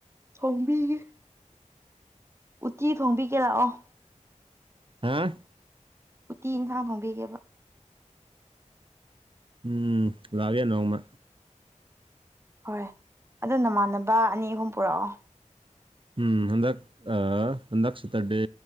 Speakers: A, on the right (about 20°); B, on the right (about 40°).
A: ꯊꯣꯡꯕꯤꯒꯦ ꯎꯠꯇꯤ ꯊꯣꯡꯕꯤꯒꯦ ꯂꯥꯛꯑꯣ
B: ꯍꯥ <unintelligible>
A: ꯎꯨꯇꯤ ꯏꯟꯁꯥꯡ ꯊꯣꯡꯕꯤꯒꯦꯕ
B: ꯎꯝ ꯂꯥꯛꯒꯦ ꯅꯣꯡꯃ
A: ꯍꯣꯏ ꯑꯗꯣ ꯅꯃꯥꯟꯅꯕ ꯑꯅꯤ ꯑꯍꯨꯝ ꯄꯨꯔꯛꯑꯣ
B: ꯎꯝ ꯍꯟꯗꯛ ꯍꯟꯗꯛ ꯁꯇꯔꯗꯦ